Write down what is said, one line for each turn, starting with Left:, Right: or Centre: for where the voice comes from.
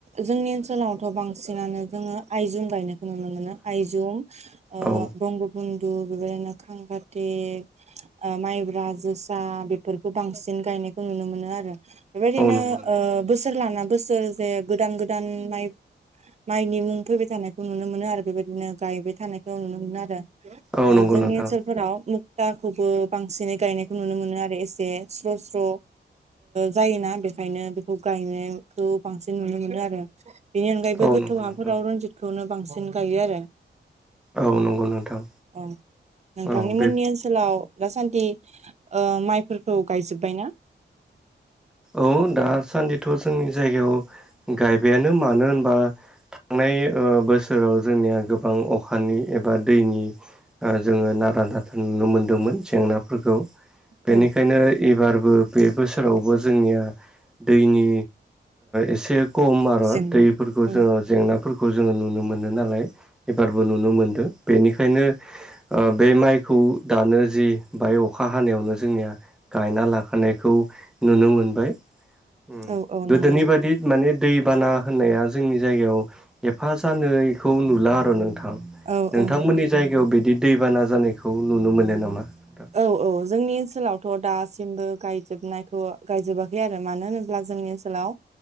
Right: जोंनि ओनसोलावथ' बांसिनानो जोङो आइजं गायनो नुनो मोनो आयजं ओ
Centre: औ
Right: बंग बन्धु बेबायदिनो खांखाते ओ माइब्रा जोसा बेफोरखौ बांसिन गायनायखौ नुनो मोनो आरो। बेबायदिनो
Centre: औ नंगौ नोंथां
Right: बोसोर लाना बोसोर जे गोदान गोदान माइ माइनि मुं फैबाय थानायखौ नुनो मोनो आरो बेबायदिनो गायबाय थानायखौ नुनो मोनो आरो।
Centre: औ
Right: ओ
Centre: नंगौ
Right: जोंनि
Centre: नोंथां
Right: ओनसोलफोराव मुक्ताखौबो बांसिनै गायनायखौ नुनो मोनो आरो एसे स्र सर ओ जायोना बेखायनो खौ गायनायखौ बांसिन नुनो मोनो आरो बेनि अनगायैबो
Centre: औ
Right: गोथौ
Centre: नंगौ
Right: हाफोराव
Centre: नोंथां
Right: रन्जित बे खौनो बांसिन गायो आरो।
Centre: औ नंगौ नोंथां
Right: औ नोंथांनि
Centre: औ
Right: मोननि
Centre: बे
Right: ओन ओनसोलाव दासान्दि ओ माइफोरखौ गायजोबायना?
Centre: औ दासान्दिथ' जोंनि जायगायाव गायबायानो मानो होनबा थांनाय बोसोराव जोंनिया गोबां अखानि एबा दैनि ओ जोङो नारा नाथा नुनो मोनदोंमोन जेंनाफोरखौ बेनिखायनो
Right: औ
Centre: एबारबो बे बोसोरावबो जोंनिया दैनि एसे खम आर
Right: जेंना
Centre: दैफोरखौ
Right: औ
Centre: जोङो जेंनाफोरखौ जोङो नुनो मोनो नालाय। एबारबो नुनो मोनदों बेनिखायनो ओ बे माइखौ दानो जि बाहाय अखा हानायावनो जोंनिया गायना लाखानायखौ नुनो मोनबाय उम
Right: औ औ
Centre: गोदोनि
Right: नंगौ
Centre: बादि माने दैबाना होननाया जोंनि जायगायाव एफा जानायखौ नुला आरो नोंथां
Right: औ
Centre: नोंथांमोननि
Right: औ नंगौ
Centre: जायगायाव बिदि दैबाना जानायखौ नुनो मोनो नामा नोंथां
Right: औ औ जोंनि ओनसोलावथ' दासिमबो गायजोबनायखौ गायजोबाखै आरो मानो होनोब्ला जोंनि ओनसोलाव